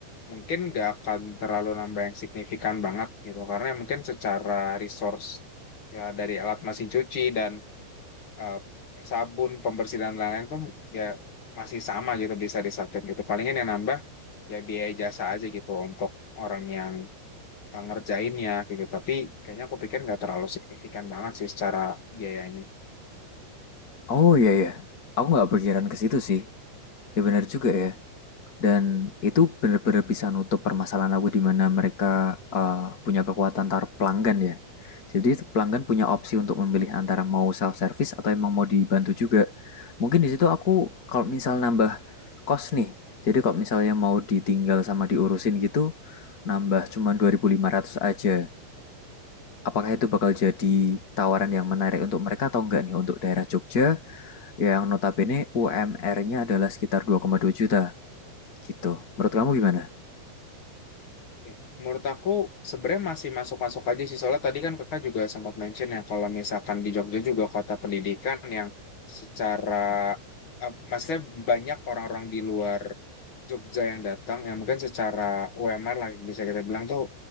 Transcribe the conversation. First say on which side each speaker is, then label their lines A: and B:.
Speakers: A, on the left; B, on the left.
A: mungkin nggak akan terlalu nambah yang signifikan banget gitu karena mungkin secara resource ya dari alat mesin cuci dan eh, sabun pembersih dan lain-lain tuh ya masih sama gitu bisa disatuin gitu palingan yang nambah ya biaya jasa aja gitu untuk orang yang eh, ngerjainnya kayak gitu tapi kayaknya aku pikir nggak terlalu signifikan banget sih secara biayanya
B: Oh iya ya, aku nggak pikiran ke situ sih. Ya benar juga ya. Dan itu benar-benar bisa nutup permasalahan aku di mana mereka eh, punya kekuatan taruh pelanggan ya. Jadi pelanggan punya opsi untuk memilih antara mau self service atau emang mau dibantu juga. Mungkin di situ aku kalau misal nambah kos nih. Jadi kalau misalnya mau ditinggal sama diurusin gitu, nambah cuma 2.500 aja. Apakah itu bakal jadi tawaran yang menarik untuk mereka atau enggak nih untuk daerah Jogja yang notabene UMR-nya adalah sekitar 2,2 juta gitu. Menurut kamu gimana?
A: Oke. Menurut aku sebenarnya masih masuk-masuk aja sih soalnya tadi kan kakak juga sempat mention ya kalau misalkan di Jogja juga kota pendidikan yang secara eh, maksudnya banyak orang-orang di luar Jogja yang datang yang mungkin secara UMR lah bisa kita bilang tuh